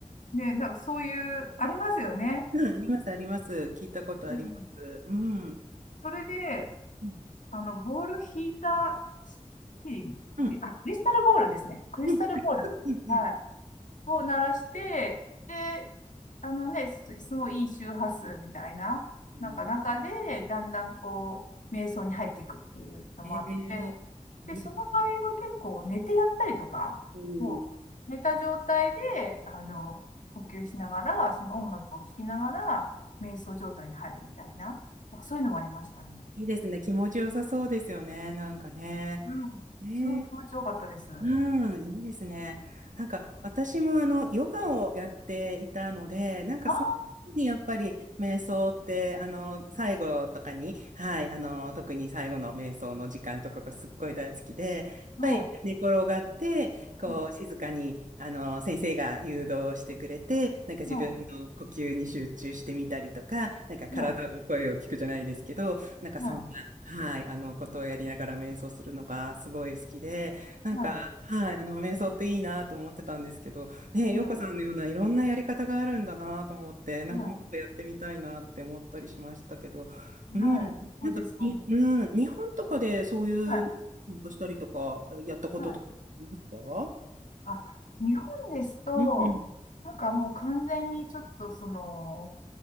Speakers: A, on the left; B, on the right.
A: ね、なんかそういう、ありますよね。
B: うんあります、あります。聞いたことあります。
A: うん
B: うん。うん、
A: それで、
B: うん、
A: あの、ボール引いた、ヒーリンかなクリ、
B: うん、
A: あ、クリスタルボールですね。クリスタルボール。
B: うん。うん
A: はい。を鳴らして、で、あのね、すすごいいい周波数みたいな、
B: うん
A: なんか中で、だんだんこう、瞑想に入っていくっていうのもあって、
B: えーいいです。
A: で、その場合は結構寝てやったりとか、
B: うん
A: もう寝た状態で、あの、呼吸しながら、その音楽を聴きながら、瞑想状態に入るみたいな、まあそういうのもありましたね。
B: いいですね。気持ちよさそうですよね。なんかね。
A: うん。
B: ええ
A: すごい気持ちよかったです。うん。
B: うん、いいですね。なんか、私もあの、ヨガをやっていたので、なんか、
A: あ
B: その時にやっぱり、瞑想って、あの、最後とかに、はい、あの、特に最後の瞑想の時間とかがすっごい大好きで、やっぱり寝転がって、
A: あ、はい。
B: こう、
A: うん。
B: 静かに、あの、先生が誘導してくれて、なんか自分の呼吸に集中してみたりとか、
A: は
B: なんか体の声を聞くじゃないですけど、
A: い。はい。
B: なんかそんな、
A: は
B: はい、あの、ことをやりながら瞑想するのがすごい好きで、なんか、
A: い。
B: はい、あの、瞑想っていいなと思ってたんですけど、ね、洋子さんのようないろんなやり方があるんだなと思って、
A: はい。
B: なんかもっとやってみたいなって思ったりしましたけど、
A: はい。はい。
B: うん、
A: はいそうですよね。
B: なんか、にうん、日本とかでそういうのに参加したりとか、
A: はい。
B: やったこととかありますか
A: はい。あ、日本ですと、
B: うん。
A: なんかもう完全にちょっとその、